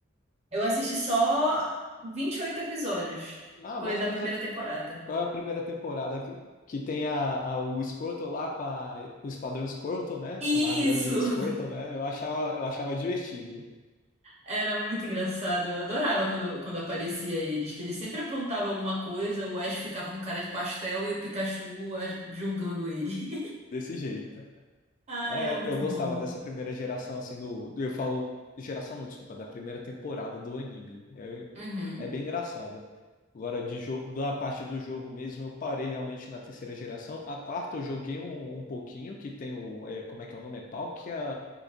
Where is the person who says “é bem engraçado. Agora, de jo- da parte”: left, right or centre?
Left